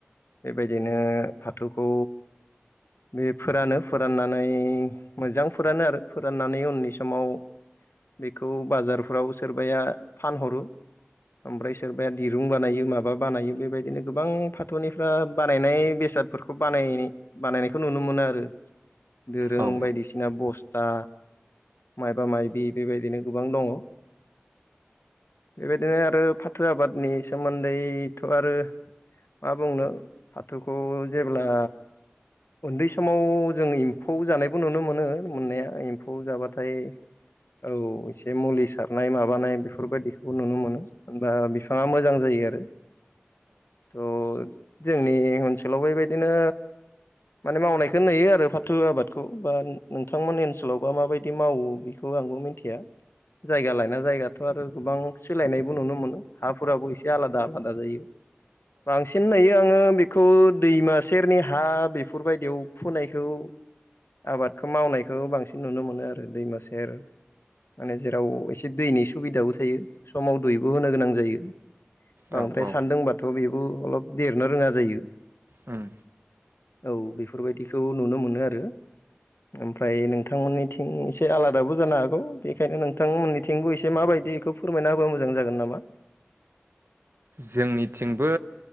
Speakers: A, on the left; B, on the right.
A: बेबायदिनो फाथोखौ बे फोरानो फोराननानै मोजां फोरानो आरो फोराननानै उननि समाव बेखौ बाजारफ्राव सोरबाया फानहरो ओमफ्राय सोरबाया दिरुं बानायो माबा बानायो बेबायदिनो गोबां फाथोनिफ्रा बानायनाय बेसादफोरखौ बानायनाय बानायनायखौ नुनो मोनो आरो दोरों
B: औ
A: बायदिसिना बस ता मायबा माइबि बेबायदिनो गोबां दङ बेबायदिनो आरो फाथो आबादनि सोमोन्दैथ' आरो मा बुंनो फाथोखौ जेब्ला उन्दै समाव जों एम्फौ जानायबो नुनो मोनो मोननाया ए फौ जाबाथाय औ एसे मुलि सारनाय माबानाय बेफोर बायदिखौबो नुनो मोनो होनबा बिफाङा मोजां जायो आरो त' जोंनि ओनसोलाव बेबायदिनो माने मावनायखौ नुयो आरो फाथो आबादखौ बा नोंथांमोननि ओनसोलावबा माबायदि मावो बेखो खौ आंबो मिन्थिया जायगा लायना जायगाथ' आरो गोबां सोलायनायबो नुनो मोनो हाफोराबो एसे आलादा आलादा जायो। बांसिन नायो आङो बेखौ दैमा सेरनि हा बेफोर बायदियाव फोनायखौ आबादखौ मावनायखौ बांसिन नुनो मोनो आरो दैमा सेर माने जेराव एसे दैनि सुबिदाबो थायो समाव दैबो होनो गोनां जायो। बांद्राय
B: औ औ
A: सान्दोंबाथ' बेबो अलप देरनो रोङा जायो
B: उम
A: औ बेफोर बायदिखौ नुनो मोनो आरो ओमफ्राय नोंथांमोननिथिं एसे आलादाबो जानो हागौ बेखायनो नोंथांमोननिथिंबो एसे माबायदि इखौ फोरमायना होबा मोजां जागोन नामा
B: जोंनिथिंबो